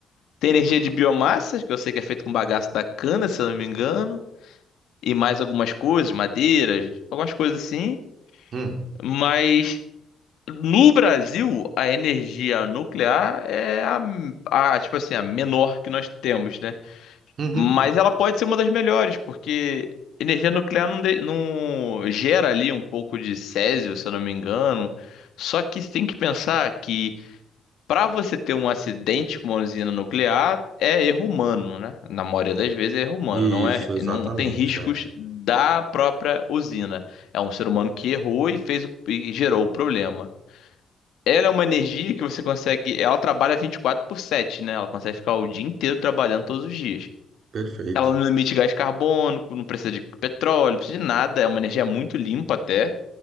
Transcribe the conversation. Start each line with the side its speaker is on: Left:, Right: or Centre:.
Left: Tem energia de biomassa, que eu sei que é feito com bagaço da cana, se eu não me engano. E mais algumas coisas, madeiras, algumas coisas assim.
Right: Hum.
Left: Mas no Brasil, a energia nuclear é a, a, tipo assim, a menor que nós temos, né?
Right: Uhum.
Left: Mas ela pode ser uma das melhores, porque energia nuclear não, de- não gera ali um pouco de césio, se eu não me engano. Só que você tem que pensar que para você ter um acidente com uma usina nuclear é erro humano, né? Na maioria das vezes é erro humano,
Right: Isso,
Left: não é,
Right: exatamente.
Left: não tem riscos
Right: É.
Left: da própria usina. É um ser humano que errou e fez o- e gerou o problema. Ela é uma energia que você consegue, ela trabalha vinte e quatro por sete né? Ela consegue ficar o dia inteiro trabalhando todos os dias.
Right: Perfeito.
Left: Ela não emite gás carbônico, não precisa de petróleo, não precisa de nada, é uma energia muito limpa até.